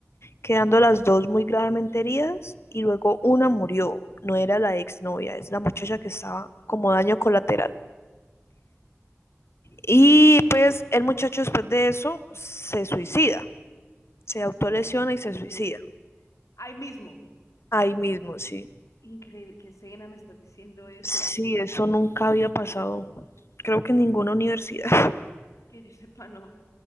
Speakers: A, on the left; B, on the left.
A: quedando las dos muy gravemente heridas y luego una murió. No era la exnovia, es la muchacha que estaba como daño colateral. Y pues el muchacho después de eso se suicida, se autolesiona y
B: ok.
A: se suicida.
B: Ahí mismo.
A: Ahí mismo, sí.
B: Increíble, qué cena me estás diciendo eso.
A: Sí, eso nunca había pasado, creo que en ninguna universidad.
B: Que yo sepa, no.